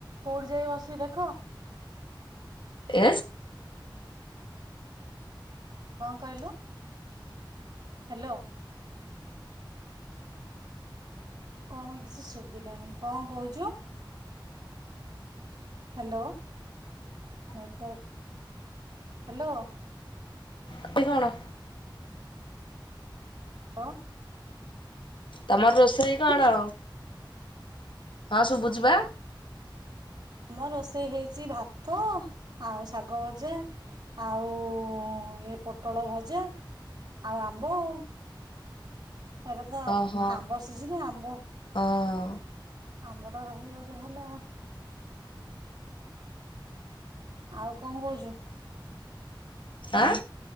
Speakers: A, on the right; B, on the left.
A: କୋଉଠି ଯାଇ ବସିକି ଦେଖ
B: ଏସ୍
A: କଣ କହିଲୁ ହ୍ୟାଲୋ କଣ କିଛି ଶୁଭିଲାନି କଣ କହୁଛୁ ହ୍ୟାଲୋ ନେଟୱାର୍କ ହ୍ୟାଲୋ।
B: <unintelligible> କଣ?
A: ହଁ।
B: ତମର ରୋଷେଇ କଣ?
A: କି
B: ହଁ ଶୁଭୁଛି
A: ଆମ
B: ବା।
A: ଆମ ରୋଷେଇ ହେଇଛି ଭାତ ଆଉ ଶାଗ ଭଜା ଆଉ ଇ ପୋଟଳ ଭଜା ଆଉ ଆମ୍ବ ଆଉ। ଏବେ ତ
B: ଓହୋ
A: ଆମ୍ବ ସିଜିନି ଆମ୍ବ
B: ହଁ
A: ଆମ୍ବ ଟା ରହିବ ଯାହାହେଲେ ଆଉ। ଆଉ କ କଣ କହୁଛୁ ହଁ
B: ଆଁ